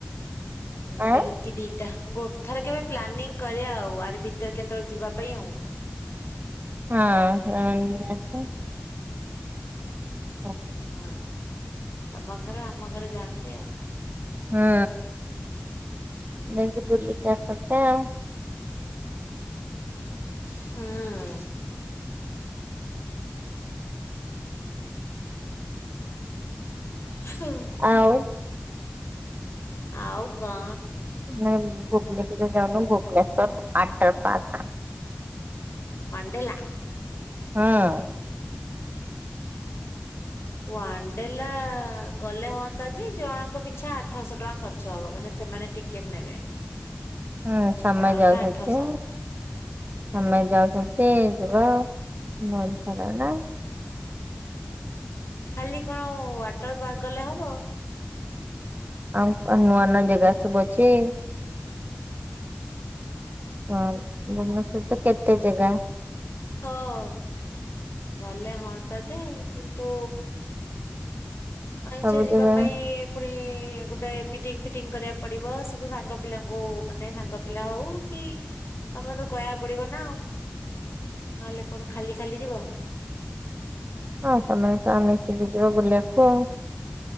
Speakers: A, on the left; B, on the right.
A: ଗୋଟେ
B: ଆଁ
A: କି ଦିଟା ଗୋ ଥରେ କେବେ ପ୍ଲାନିଂ କରିବା ଆଉ ଆରେ ଭିତରେ କେତେବେଳେ ଯିବା ପାଇଁ ଆଉ।
B: ହଁ
A: ତା
B: ହ
A: ହୁଁ ତମ ଘର ଆମ ଘର ଯାଆନ୍ତେ ଆଉ।
B: ହୁଁ ଦେକି ବୁଲି କ ସତ ଆଉ।
A: ହୁଁ ହଁ
B: ଆଉ
A: ଆଉ କଣ
B: ନା ଭୁବନେଶ୍ୱର ଯାଉନ ଭୁବନେଶ୍ଵର ଆଠଟର ପା
A: ପଣ୍ଡଲା।
B: ହଁ
A: ୱାନ୍ ଡଲା ଗଲେ ହଅନ୍ତା ଯେ ଜଣଙ୍କ ପିଛା ଆଠଶହ ଟଙ୍କା ଖର୍ଚ୍ଚ ହବ ମାନେ ସେମାନେ ଟିକେ କେତେ ନେବେ?
B: ହୁଁ ସମୟ
A: ଜଣକା
B: ଯାଉସତି।
A: ଆଠଶହ।
B: ଆମେ ଯାଉଛନ୍ତି ଯିବା ମ ଫର ନା
A: ଖାଲି କଣ ୱାଟର ପାର୍କ ଗଲେ ହବ।
B: ଆଉ ନୂଆ ନୂଆ ଜାଗା ସବୁ ଅଛି। ହଁ ଭୁବନେଶ୍ୱର ତ କେତେ ଜାଗା
A: ହଁ। ଗଲେ ହଅନ୍ତା ଯେ କିନ୍ତୁ କଇଁଛା
B: ସବୁ
A: ଯିବା
B: ଜାଗା
A: ପାଇଁ ପୁଣି ଗୋଟେ ମିଟିଙ୍ଗ୍ ଫିଟିଙ୍ଗ୍ କରିବାକୁ ପଡିବ ସବୁ ସାଙ୍ଗ ପିଲାଙ୍କୁ ମାନେ ସାଙ୍ଗ ପିଲା ହଉ କି ତମେ ତ କହିବାକୁ ପଡିବ ନା ଆଉ ନହେଲେ କଣ ଖାଲି ଖାଲି ଯିବ।
B: ହଁ ତମେ ଆସ ଆମେ ମିଶିକି ଯିବା ବୁଲିବାକୁ।